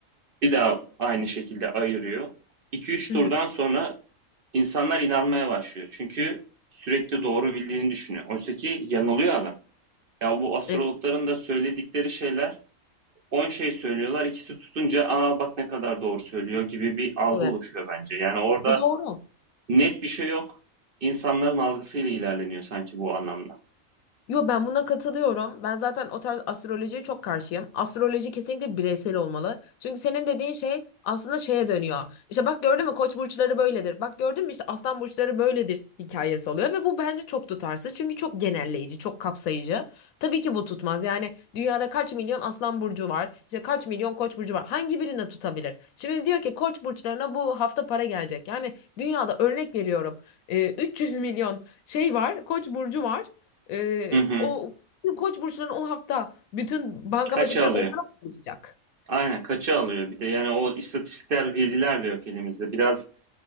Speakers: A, on the right; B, on the left.
A: Bir daha aynı şekilde ayırıyor. 2-3
B: Hı
A: turdan
B: hı.
A: sonra insanlar inanmaya başlıyor. Çünkü sürekli doğru bildiğini düşünüyor. Oysa ki yanılıyor adam. Ya bu astrologların
B: Evet.
A: da söyledikleri şeyler 10 şey söylüyorlar, ikisi tutunca aa bak ne kadar doğru söylüyor gibi bir algı
B: Evet.
A: oluşuyor bence. Yani orada
B: Bu doğru.
A: net bir şey yok. İnsanların algısıyla ilerleniyor sanki bu anlamda.
B: Yo ben buna katılıyorum. Ben zaten o tarz astrolojiye çok karşıyım. Astroloji kesinlikle bireysel olmalı. Çünkü senin dediğin şey aslında şeye dönüyor. İşte bak gördün mü koç burçları böyledir. Bak gördün mü işte aslan burçları böyledir hikayesi oluyor ve bu bence çok tutarsız. Çünkü çok genelleyici, çok kapsayıcı. Tabii ki bu tutmaz. Yani dünyada kaç milyon aslan burcu var? İşte kaç milyon koç burcu var? Hangi birine tutabilir? Şimdi diyor ki koç burçlarına bu hafta para gelecek. Yani dünyada örnek veriyorum. e, 300 milyon şey var, koç burcu var. Ee,
A: Hı hı.
B: o koç burçların o hafta bütün bankamatikler
A: Kaça alıyor?
B: onlara mı çalışacak?
A: Aynen kaça alıyor bir de yani o istatistikler veriler de yok elimizde. Biraz